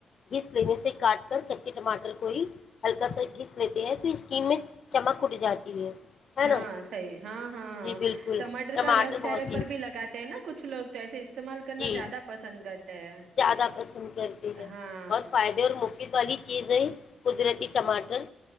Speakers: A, on the left (about 55°); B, on the right (about 70°).
A: گس لینے سے کاٹ کر کچے ٹماٹر کو ہی ہلکا سا گس لیتے ہیں تو اسکین میں چمک اٹ جاتی ہے ہے
B: ہاں
A: نا
B: صحیح ہاں ہاں ہاں
A: جی بالکل
B: ٹماٹر کا رس
A: بہت
B: چہرے
A: ہی
B: پر بھی لگاتے ہیں نا کچھ لوگ توسے استعمال کرنا
A: جی
B: زیادہ پسند کرتے ہیں
A: زیادہ پسند کرتی ہیں
B: ہاں
A: بہت فائدے اور مفید والی چیزیں قدرتی ٹماٹر
B: ہوں